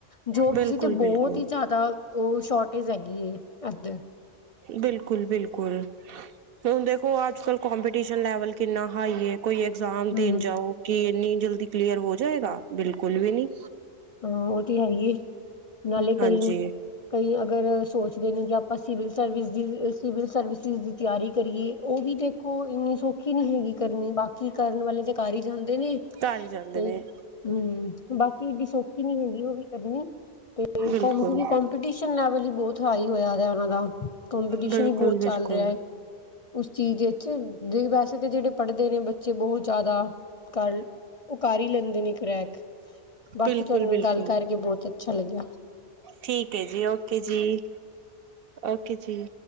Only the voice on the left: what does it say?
ਜੋਬ
ਤੇ ਬਹੁਤ
ਹੀ ਜ਼ਿਆਦਾ, ਉਹ ਸ਼ੋਰਟੇਜ ਹੈਗੀ ਏ ਇੱਧਰ।
ਹਮ
ਹਾਂ, ਉਹ ਤੇ ਹੈ ਹੀ ਏ, ਨਾਲੇ ਕਈ
ਕਈ ਅਗਰ ਸੋਚਦੇ ਨੇ, ਜੇ ਆਪਾਂ ਸਿਵਲ ਸਰਵਿਸ, ਸਿਵਲ ਸਰਵਿਸਿਸ ਤਿਆਰੀ ਕਰੀਏ, ਉਹ ਵੀ ਦੇਖੋ, ਇੰਨੀ ਸੌਖੀ ਨਹੀਂ ਹੈਗੀ ਕਰਨੀ, ਬਾਕੀ ਕਰਨ ਵਾਲੇ ਤਾਂ ਕਰ ਹੀ ਜਾਂਦੇ ਨੇ। ਤੇ,
ਹਮ ਬਾਕੀ ਏਡੀ ਸੋਖ ਨੀ ਹੈਗੀ ਉਹ ਵੀ ਕਰਨੀ, ਤੇ
ਕੌਮ ਕਿਉਕਿ ਕੰਪੀਟੀਸ਼ਨ ਲੈਵਲ, ਹੀ ਬਹੁਤ ਹਾਈ ਹੋਇਆ ਉਹਨਾਂ ਦਾ, ਕੰਪੀਟੀਸ਼ਨ
ਹੀ ਬਹੁਤ
ਚੱਲ ਰਿਹਾ ਹੈ। ਉਸ ਚੀਜ਼ ਚ, ਵੈਸੇ ਤਾਂ ਜਿਹੜੇ ਪੜ੍ਹਦੇ ਨੇ, ਬੱਚੇ ਬਹੁਤ ਜ਼ਿਆਦਾ ਕਰ, ਉਹ ਕਰ ਹੀ ਲੈਂਦੇ ਨੇ ਕਰੈਕ ਬਾਕੀ
ਤੁਹਾਡੇ ਨਾਲ
ਗੱਲ ਕਰਕੇ ਬਹੁਤ ਅੱਛਾ ਲੱਗਿਆ